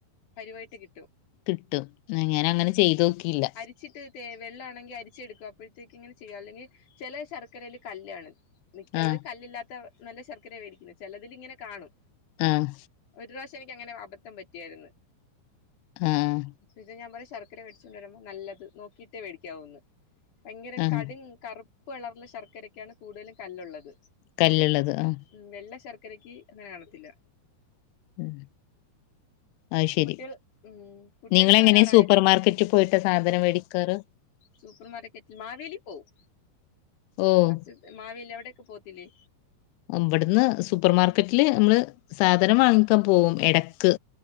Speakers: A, on the left (about 50°); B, on the left (about 85°).
A: പരുവായിട്ട് കിട്ടും
B: കിട്ടും നിങ്ങനങ്ങനെ ചെയ്തുനോക്കിയില്ല
A: ച്ചിട്ട് തേ വെള്ളാണെങ്കി അരിച്ചെടുക്കും അപ്പോഴത്തേക്ക് ഇങ്ങനെ ചെയ്യുക അല്ലെങ്കി ചെല ശർക്കരേല് കല്ലാണ് മിക്കത്
B: ആഹ്
A: കല്ലില്ലാത്ത നല്ലശർക്കരയാ മേടിക്കുന്നേ ചിലതിലിങ്ങനെകാണും
B: ആഹ്
A: ഒരുറാശ് എനിക്കങ്ങനെ അബദ്ധം പറ്റിയാരുന്നു
B: ആഹ്
A: ഇത് ഞമ്മടെ ശർ ക്കര മേടിച്ചോണ്ടുവരുമ്പോ നല്ലത് നോക്കിയിട്ടേ മേടിക്കാവൂന്ന് ഭയങ്കര
B: ആഹ്
A: കടും കറുപ്പുകളറുള്ള ശർക്കരക്കാണ് കൂടുതലും കല്ലുള്ളത്
B: കല്ലുള്ളത് ആം
A: ഉം വെള്ളശർക്കരക്ക് അങ്ങനെ കാണത്തില്ല
B: ആഹ് അത് ശരി
A: കുട്ടികൾ ഉം കുട്ടികളൊക്കെവരാറായോ
B: നിങ്ങളെങ്ങനെ സൂപ്പർ മാർക്കറ്റിൽ പോയിട്ടാ സാധനം മേടിക്കാറ്
A: സൂപ്പർ മാർക്കറ്റില് മാവേലിപോവും
B: ഓഹ്
A: മസ് മാവേലി അവിടൊക്കെ പോവത്തില്ലേ
B: ഇവിടന്ന് സൂപ്പർമാർക്കറ്റില് നമ്മള് സാധനം വാങ്ങിക്കാൻ പോകും എടക്ക്